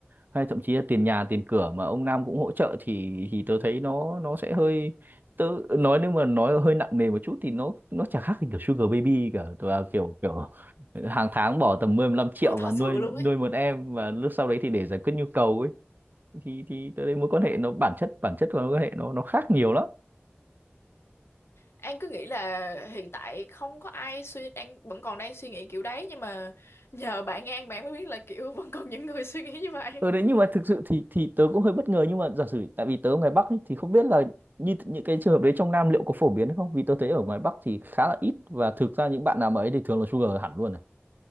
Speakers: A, on the right; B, on the left.
A: hay thậm chí là tiền nhà tiền cửa mà ông Nam cũng hỗ trợ thì thì tớ thấy nó nó sẽ hơi tớ nói nếu mà nói hơi nặng nề một chút thì nó nó chả khác gì kiểu Sugar Baby cả tớ là kiểu kiểu hàng tháng bỏ tầm 10 15 triệu
B: ừ thật
A: và nuôi
B: sự luôn
A: nuôi
B: ấy
A: một em và lúc sau đấy thì để giải quyết nhu cầu ấy thì thì tớ thấy mối quan hệ nó bản chất bản chất của mối quan hệ nó nó khác nhiều lắm
B: An cứ nghĩ là hiện tại không có ai suy đang vẫn còn đang suy nghĩ kiểu đấy nhưng mà nhờ bạn An bạn mới biết là kiểu vẫn còn những người suy nghĩ như vậy
A: ở đấy nhưng mà thực sự thì thì tớ cũng hơi bất ngờ nhưng mà giả sử tại vì tớ ở ngoài Bắc ấy, thì không biết là như th- những cái trường hợp đấy trong Nam liệu có phổ biến hay không vì tớ thấy ở ngoài Bắc thì khá là ít và thực ra những bạn nào mà ấy thì thường là sugar hẳn luôn